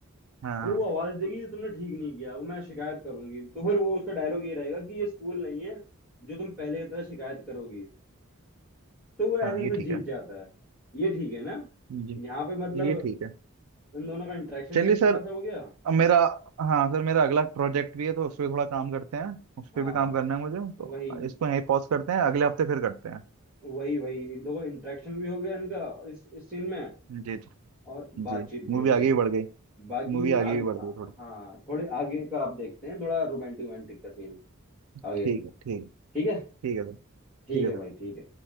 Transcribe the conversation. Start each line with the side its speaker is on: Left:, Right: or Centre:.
Right: हाँ
Centre: तो वो आवाज देगी तुमने ठीक नहीं किया वो मैं शिकायत करूंगी तो फिर वो उसका डायलॉग ये रहेगा कि ये स्कूल नहीं है जो तुम पहले की तरह शिकायत करोगी तो वो ऐसे
Right: हाँ
Centre: ऐसे
Right: ये ठीक
Centre: जीत
Right: है
Centre: जाता है ये ठीक है ना
Right: जी
Centre: यहाँ पे मतलब
Right: ये ठीक है
Centre: इन दोनों का इंटरेक्शन
Right: चलिए
Centre: भी अच्छा
Right: सर
Centre: खासा हो गया
Right: अब मेरा हाँ सर मेरा अगला प्रोजेक्ट भी है तो उस पर थोड़ा काम करते हैं उस
Centre: हाँ
Right: पर भी काम
Centre: हाँ
Right: करना है मुझे तो
Centre: वही
Right: इसको यहीं पॉज करते हैं अगले हफ्ते फिर करते हैं
Centre: वही वही इन दोनों इंटरेक्शन भी हो गया इनका इस इस सीन में
Right: जी जी
Centre: और बातचीत
Right: जी मूवी
Centre: भी हो
Right: आगे
Centre: गई
Right: भी बढ़ गई
Centre: बाकी
Right: मूवी आगे
Centre: आगे
Right: भी बढ़
Centre: आ,
Right: गई थोड़ी
Centre: हाँ थोड़ी आगे का आप देखते हैं थोड़ा रोमांटिक रोमांटिक का सीन आगे
Right: ठीक है ठीक है
Centre: ठीक है
Right: ठीक है सर
Centre: ठीक
Right: ठीक है
Centre: है
Right: सर
Centre: भाई ठीक है